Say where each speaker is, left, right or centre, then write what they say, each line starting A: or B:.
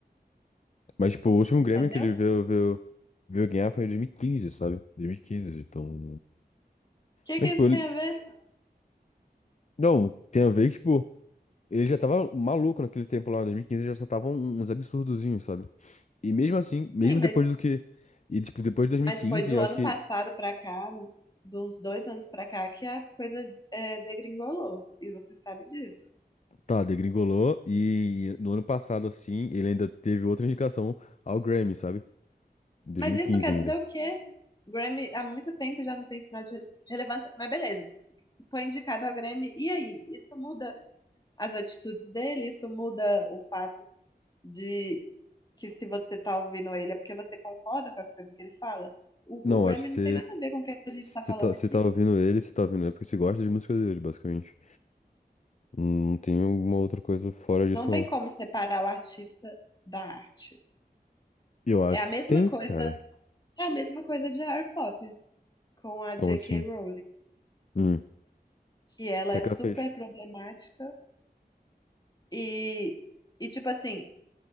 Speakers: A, on the left; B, on the left.
A: Mas, tipo, o último
B: entendeu?
A: Grêmio que ele veio, veio, veio ganhar foi em 2015, sabe? dois mil e quinze, então...
B: que
A: Mas,
B: que
A: tipo,
B: isso
A: ele...
B: tem a ver?
A: Não, tem a ver que, tipo, ele já tava maluco naquele tempo lá, em 2015, já só tava um- uns absurdozinhos, sabe? E mesmo assim, mesmo
B: Sim,
A: depois
B: mas,
A: do que... E, tipo, depois de 2015,
B: mas foi do
A: eu
B: ano
A: acho que,
B: passado pra cá, de uns dois anos pra cá, que a coisa é, degringolou. E você sabe disso.
A: tá, degringolou e no ano passado, assim, ele ainda teve outra indicação ao Grammy, sabe? Em dois
B: Mas
A: mil e
B: isso
A: quinze
B: quer
A: ainda.
B: dizer o quê? Grammy há muito tempo já não tem sinal de rele- relevância. Mas beleza, foi indicado ao Grammy. E aí? Isso muda as atitudes dele? Isso muda o fato de que se você tá ouvindo ele é porque você concorda com as coisas que ele fala? O,
A: Não,
B: o Grammy
A: acho que você...
B: não tem nada a ver com o que a gente
A: Você
B: tá falando
A: tá, você
B: aqui.
A: tá ouvindo ele, você tá ouvindo ele porque você gosta de música dele, basicamente. Não tem alguma outra coisa fora disso,
B: Não tem
A: não.
B: como separar o artista da arte.
A: Eu acho
B: É a
A: que
B: mesma
A: tem,
B: coisa,
A: cara.
B: é a mesma coisa de Harry Potter com a J.K.
A: Como assim?
B: Rowling,
A: Hum. O
B: que ela
A: que
B: é
A: é que
B: super
A: ela fez?
B: problemática e e tipo assim,